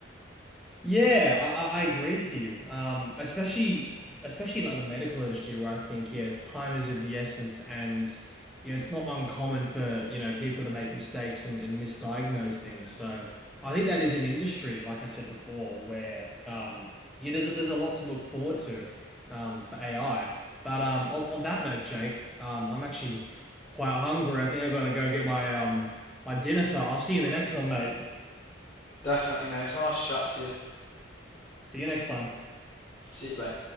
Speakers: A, in the centre; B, on the left.
A: Yeah, I, I I agree with you. Um, especially especially in like the medical industry where I think yes, time is of the essence and you know it's not uncommon for you know people to make mistakes and, and misdiagnose things. So I think that is an industry, like I said before, where um yeah, there's a, there's a lot to look forward to um for AI. But um on, on that note, Jake, um I'm actually quite hungry. I think I've got to go get my um my dinner, so I'll see you in the next one, mate.
B: Definitely, mate. It was a nice chat to you.
A: See you next time.
B: See you, mate.